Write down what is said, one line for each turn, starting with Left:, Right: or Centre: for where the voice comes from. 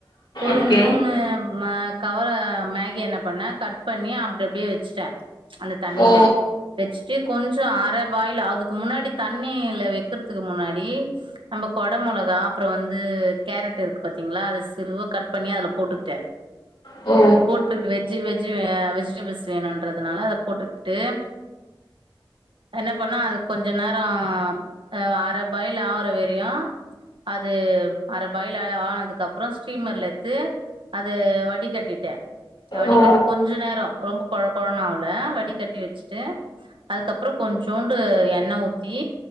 Right: ஒரு
Left: ஓகே
Right: மூணு அ கவர மேகி என்ன பண்ண கட் பண்ணி அப்டி அப்டியே வச்சுட்டே அந்த தண்ணியில
Left: ஓ
Right: வச்சுட்டு கொஞ்சோ அர பாயில் அதுக்கு முன்னாடி தண்ணீல வெக்கறதுக்கு முன்னாடி நம்ம கொட மிளகா அப்புற வந்து கேரட் இருக்கு பாத்தீங்களா அது சிறுவா கட் பண்ணி அதுல போட்டுக்கிட்டே
Left: ஓ
Right: போட்டு வெஜ் வெஜ் வெஜிடபிள்ஸ் வேணும்ன்றதுனால அதை போட்டுக்கிட்டு என்ன பண்ணா அது கொஞ்ச நேரோ அ அர பாயில் ஆவர வரையு அது அர பாயல் ஆனதுக்கு அப்புறோ ஸ்டீமர்ல எத்து அது வடி கட்டிட்டே வடிகட்டி
Left: ஓ
Right: கொஞ்ச நேரோ ரொம்ப கொழ கொழன்னு ஆவல வடிகட்டி வச்சுட்டு அதுக்கப்புற கொஞ்சோண்டு எண்ண ஊத்தி